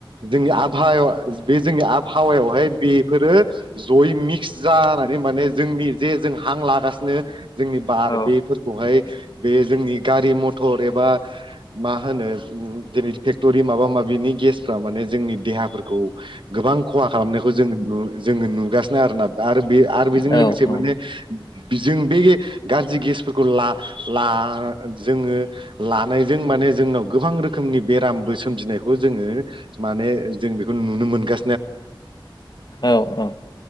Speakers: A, on the right; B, on the left.
A: जोंनि आबहायाव बे जोंनि आ हावायावहाय बेफोरो जयै मिक्स जानानै माने जोंनि जे जों हां लागासिनो जोंनि बार
B: औ
A: बेफोरखौहाय बे जोंनि गारि मथर एबा मा होनो जेरै फेक्ट'रि माबा ओमबा बेनि गेसफोरा माने जोंनि देहाफोरखौ गोबां खहा खालामनायखौ जों नु जों नुगासिनो आरोना दा आरो बिजों
B: औ
A: लोगोसे माने
B: औ
A: जों बे गाज्रि गेसफोरखौ ला-ला जोंङो लानाय जों माने जोंनाव गोबां रोखोमनि बेरामबो सोमजिनाय खौ माने जों बेखौ नुनो मोनगा
B: औ औ